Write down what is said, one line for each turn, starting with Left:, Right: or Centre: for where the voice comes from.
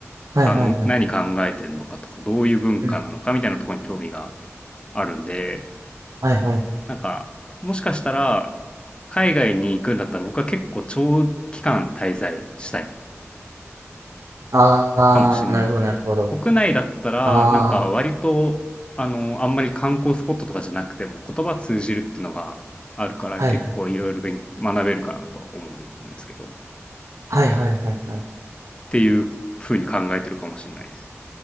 Right: はいはいはい。
Left: かん、何考えてんのかとか、どういう文化なのかみたいなところに興味が
Right: うん。
Left: あるんで、
Right: はいはいはい。
Left: なんか、もしかしたら、海外に行くんだったら僕は結構長期間滞在したい
Right: あ
Left: かもしれないですね。
Right: あ、なるほどなるほど。
Left: 国内だったら、
Right: ああ、
Left: なんか割と、あの、あんまり観光スポットとかじゃなくても言葉通じるっていうのがあるから結構いろいろ勉学べるかなとは思うんですけど、
Right: はい
Left: っ
Right: はいはいはいはい。
Left: ていうふうに考えてるかもしれないです。